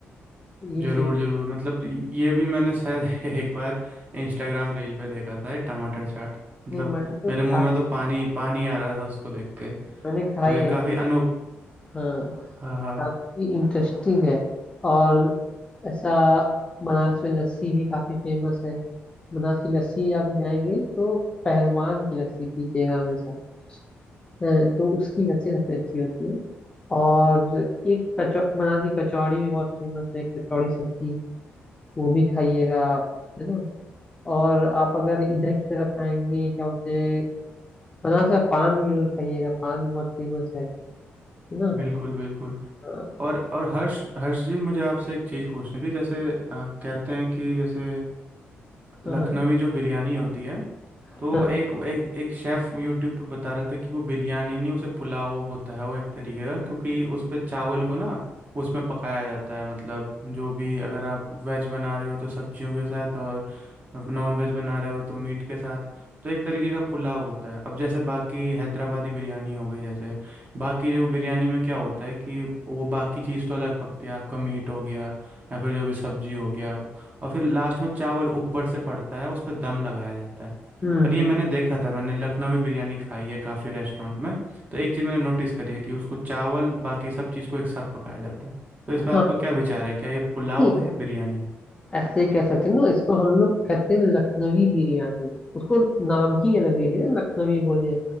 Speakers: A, on the left; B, on the right.
A: ये
B: जरूर
A: सीन
B: जरूर मतलब ये ये भी मैंने शायद <laughs> एक बार इंस्टाग्राम रील पे देखा था ये टमाटर चाट मतलब
A: नहीं मैंने
B: मेरे
A: तो
B: मुंह
A: खा
B: में तो पानी पानी आ रहा था उसको देख के
A: मैंने
B: तो
A: खाई
B: ये
A: है
B: काफी
A: जाके
B: अनोख
A: हाँ
B: हाँ हाँ
A: काफी इंटरेस्टिंग है और ऐसा बनारस में लस्सी भी काफी फेमस है बनारस की लस्सी आप जाएंगे तो पहलवान की लस्सी पीजिएगा हमेशा हाँ, तो उसकी लस्सी सबसे अच्छी होती है और एक कचौ बनारस की कचौड़ी भी बहुत फेमस है कचौड़ी सब्जी वो भी खाइएगा आप है ना और आप अगर इधर की तरफ आएंगे क्या बोलते हैं बनारस का पान भी जरूर खाइएगा पान भी बहुत फेमस है है ना
B: बिल्कुल बिल्कुल
A: हाँ
B: और और हर्ष हर्ष जी मुझे आपसे एक चीज़ पूछनी थी जैसे अ, कहते हैं कि जैसे लखनवी
A: हाँ हाँ
B: जो बिरयानी होती है
A: हाँ
B: तो एक एक एक शेफ यूट्यूब पे बता रहा था कि वो बिरयानी नहीं उसे पुलाव होता है वो एक तरीके का क्योंकि उस पे चावल को ना उसमें पकाया जाता है मतलब जो भी अगर आप वेज बना रहे हो तो सब्जियों के साथ और नॉन वेज बना रहे हो तो मीट के साथ तो एक तरीके का पुलाव होता है अब जैसे बाकी हैदराबादी बिरयानी हो गई जैसे बाकी जो बिरयानी में क्या होता है कि वो बाकी चीज़ तो अलग पकती है आपका मीट हो गया या फिर जो भी सब्जी हो गया और फिर लास्ट में चावल ऊपर से पड़ता है उस पर दम लगाया जाता है
A: हम्म,
B: पर
A: हम्म,
B: ये मैंने देखा था मैंने लखनवी बिरयानी खाई है काफ़ी रेस्टोरेंट में तो एक चीज़ मैंने नोटिस करी है कि उसको चावल बाकी सब चीज़ को एक साथ पकाया जाता है तो इस
A: हाँ,
B: पर आपका क्या विचार है क्या ये पुलाव
A: नहीं
B: है या बिरयानी है
A: ऐसे ही कह सकते हैं ना इसको हम लोग कहते हैं लखनवी बिरयानी उसको नाम ही अलग दे दिया ना लखनवी बोल दिया